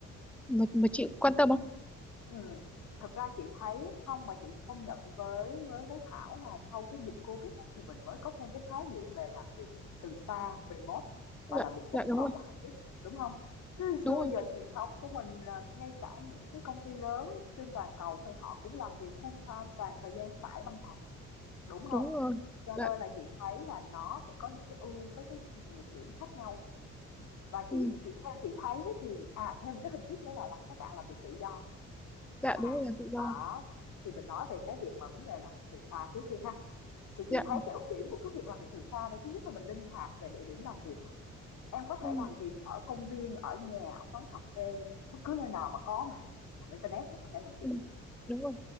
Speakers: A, in the centre; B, on the left.
A: mà, mà chị quan tâm không?
B: ừm. Thật ra chị thấy không mà chị phải công nhận với với với Thảo là sau cái dịch Covid á, thì mình mới có thêm cái khái niệm về làm việc từ xa, remote và
A: Dạ,
B: làm việc kết
A: dạ đúng
B: hợp
A: rồi.
B: là hybrid, đúng không Chứ
A: đúng
B: xưa
A: rồi
B: giờ truyền thống của mình là ngay cả những cái công ty lớn trên toàn cầu thì họ cũng làm việc full time toàn thời gian tại văn phòng, đúng không
A: đúng rồi
B: Cho
A: dạ
B: nên là chị thấy là nó sẽ có những cái ưu với cái nhược điểm khác nhau. và chị
A: ừ.
B: chị theo chị thấy thì à thêm một cái hình thức nữa là, là các bạn làm việc tự do
A: dạ
B: Ừ.
A: đúng
B: à
A: rồi làm tự do
B: đó thì mình nói về cái việc mà vấn đề làm việc từ xa trước đi ha thì chị
A: dạ
B: thấy cái ưu điểm của cái việc làm việc từ xa đây thứ nhất là mình linh hoạt về địa điểm làm việc nè em có
A: ừ.
B: thể làm việc ở công viên ở nhà ở quán cà phê bất cứ nơi nào mà có mạng mạng internet em có thể làm việc
A: Ừ.
B: được
A: đúng rồi